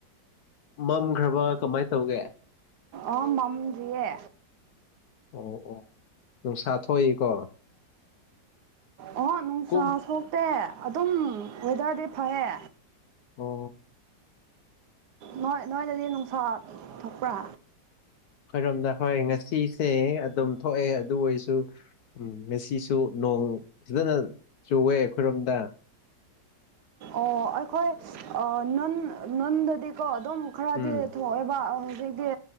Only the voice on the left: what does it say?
ꯃꯝꯈ꯭ꯔꯕ ꯀꯃꯥꯏ ꯇꯧꯒꯦ
ꯑꯣ ꯑꯣ ꯅꯨꯡꯁꯥ ꯊꯣꯛꯏꯀꯣ
ꯀꯨꯝ
ꯑꯣ
ꯑꯈꯣꯏꯔꯣꯝꯗ ꯍꯣꯏ ꯉꯁꯤꯁꯦ ꯑꯗꯨꯝ ꯊꯣꯛꯑꯦ ꯑꯗꯨ ꯑꯣꯏꯁꯨ ꯎꯝ ꯉꯁꯤꯁꯨ ꯅꯣꯡ ꯐꯖꯅ ꯆꯨꯋꯦ ꯑꯈꯣꯏꯔꯣꯝꯗ
ꯎꯝ